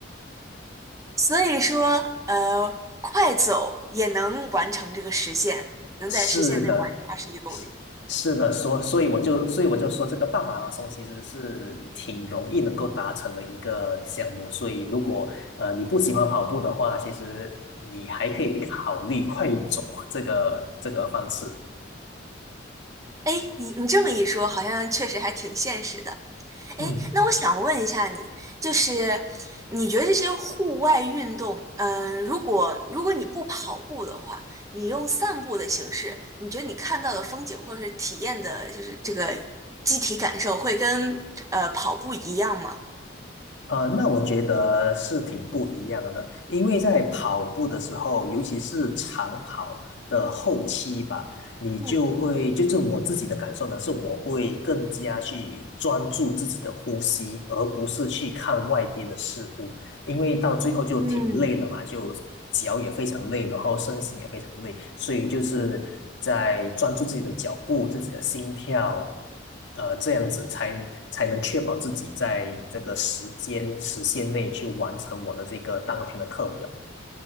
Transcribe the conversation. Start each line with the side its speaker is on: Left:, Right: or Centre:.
Right: 所以说，呃，快走也能完成这个实现，能在时限内完成二十一公里。
Left: 是的，是是的，所所以我就所以我就说这个半马拉松其实是挺容易能够达成的一个项目，所以如果呃你不喜欢跑步的话，其实你还可以考虑快走这个这个方式。
Right: 哎，你你这么一说，好像确实还挺现实的。
Left: 嗯。
Right: 哎，那我想问一下你，就是你觉得这些户外运动，嗯、如果如果你不跑步的话，你用散步的形式，你觉得你看到的风景或者是体验的，就是这个机体感受，会跟呃跑步一样吗？
Left: 呃，那我觉得是挺不一样的，因为在跑步的时候，尤其是长跑的后期吧，你就会，
Right: 嗯
Left: 就是我自己的感受呢，是我会更加去专注自己的呼吸，而不是去看外边的事物。因为到最后就挺累了嘛，
Right: 嗯。
Left: 就脚也非常累，然后身心也非常累，所以就是在专注自己的脚步、自己的心跳，呃，这样子才才能确保自己在这个时间时限内去完成我的这个当天的课表。